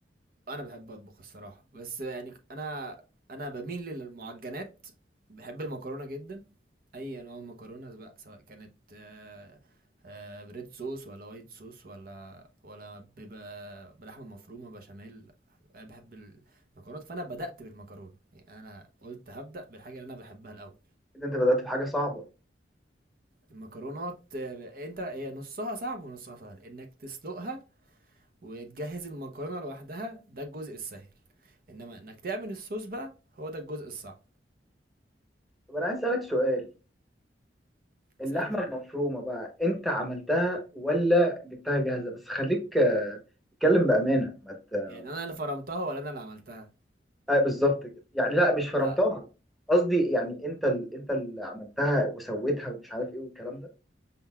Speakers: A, on the right; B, in the centre.
A: انا بحب اطبخ الصراحة بس يعني انا انا بميل للمعجنات بحب المكرونة جدا اي انواع مكرونه بقى سواء كانت آه، آه، بريد صوص ولا وايت صوص ولا ولا بيبقى بلحمه مفرومه بشاميل انا بحب المكرونات فانا بدات بالمكرونه يعني انا قلت هبدا بالحاجه اللي انا بحبها الاول
B: إذا انت بدأت بحاجه صعبه
A: المكرونات آه، انت هي نصها صعب ونصها سهل انك تسلقها وتجهز المكرونه لوحدها ده الجزء السهل انما انك تعمل الصوص بقى هو ده الجزء الصعب
B: طب انا عايز اسالك سؤال اللحمه
A: سألني
B: المفرومه بقى انت عملتها ولا جبتها جاهزه بس خليك آه، اتكلم بامانه ما ت-
A: يعني انا اللي فرمتها ولا انا اللي عملتها
B: آه بالظبط كده يعني لا مش فرمتها
A: لا
B: قصدي يعني انت ال... انت اللي عملتها وسويتها ومش عارف ايه والكلام ده